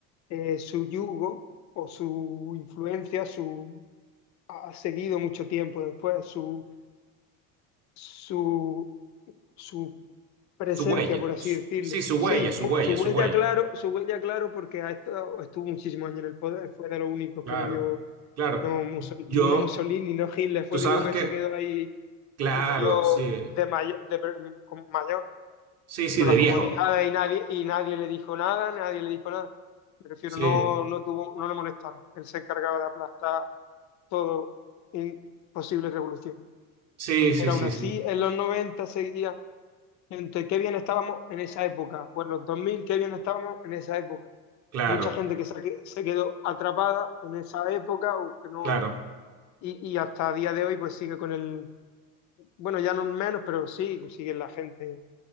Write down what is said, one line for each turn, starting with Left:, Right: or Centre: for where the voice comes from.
Left: eh, su yugo o su influencia su, ha seguido mucho tiempo después, su, su, su presencia,
Right: Su huella.
Left: por así
Right: Su-
Left: decirlo.
Right: Sí, su huella,
Left: Sí,
Right: su
Left: bueno,
Right: huella,
Left: su huella,
Right: su huella.
Left: claro, su huella, claro, porque ha estado, estuvo muchísimos años en el poder, fue de los únicos
Right: Claro,
Left: que murió,
Right: claro.
Left: no, Mussol-
Right: Yo,
Left: no Mussolini, no Hitler, fue
Right: tú sabes
Left: el único que
Right: que,
Left: se quedó ahí
Right: claro,
Left: y murió
Right: sí,
Left: de, may de mayor
Right: sí,
Left: y
Right: sí,
Left: con
Right: de
Left: las
Right: viejo.
Left: comodidades y nadie, y nadie le dijo nada, nadie le dijo nada. Me refiero,
Right: Sí,
Left: no, no tuvo, no le molestaron. Él se encargaba de aplastar todo en posible revolución.
Right: sí, sí,
Left: Pero
Right: sí,
Left: aún así,
Right: sí.
Left: en los 90 seguía gente, qué bien estábamos en esa época, o en los 2000 qué bien estábamos en esa época.
Right: Claro,
Left: Mucha gente que se ha que- se quedó atrapada en esa época o que no,
Right: claro.
Left: y, y hasta día de hoy pues sigue con el, bueno, ya no menos, pero sí, pues sigue la gente